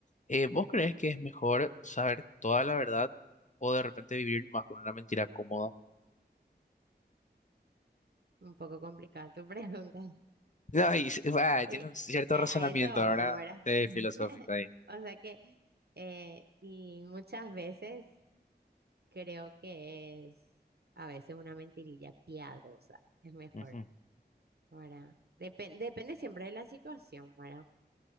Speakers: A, on the left; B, on the right.
A: Eh, ¿vos crees que es mejor saber toda la verdad o de repente vivir más con una mentira cómoda? <laughs>
B: un poco complicada tu <laughs> pregunta.
A: No, y, s- va,
B: Eh,
A: tiene un cierto
B: a,
A: razonamiento,
B: a eso vamos,
A: ¿verdad?
B: ¿verdad?
A: Sí, filosófico
B: <laughs>
A: ahí.
B: O sea que, eh, y muchas veces... Creo que es a veces una mentirilla piadosa, es mejor,
A: Ujú.
B: ¿verdad? Depen- depende siempre de la situación, ¿verdad?